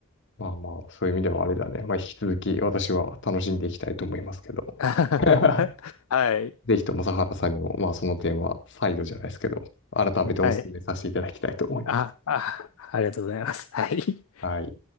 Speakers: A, on the left; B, on the left.
A: まあまあ、そういう意味ではあれだね。まあ、引き続き私は楽しんでいきたいと思いますけど。
B: <laughs>
A: <laughs>
B: はい。
A: ぜひとも、佐原さんにも、まあ、その点は再度じゃないですけど、改めてお勧めさせていただきたいと思います。
B: はい。あ、あ、ありがとうございます。はい。
A: はい。